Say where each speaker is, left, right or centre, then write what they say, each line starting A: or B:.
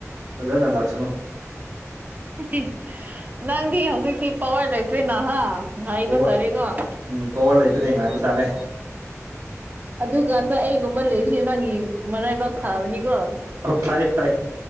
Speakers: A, on the right; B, on the right.
A: ꯐꯖꯥꯅ ꯂꯥꯛꯁꯅꯨ
B: <unintelligible> ꯅꯪꯗꯤ ꯍꯧꯖꯤꯛꯇꯤ ꯄꯥꯋꯔ ꯂꯩꯇ꯭ꯔꯦꯅ ꯍꯥ ꯉꯥꯏꯕ
A: ꯄꯋꯥꯔ
B: ꯇꯥꯔꯦꯀꯣ <unintelligible>
A: ꯎꯝ ꯄꯋꯥꯔ ꯂꯩꯇ꯭ꯔꯦ ꯉꯥꯏꯕ ꯇꯥꯔꯦ
B: ꯑꯗꯨꯒ ꯗꯨꯒ ꯑꯩꯒꯨꯝꯕ ꯂꯩꯔꯤꯁꯦ ꯅꯪꯒꯤ ꯃꯔꯥꯏꯕꯥꯛ ꯐꯥꯕꯅꯤꯀꯣ
A: ꯑꯣ ꯐꯩ ꯐꯩ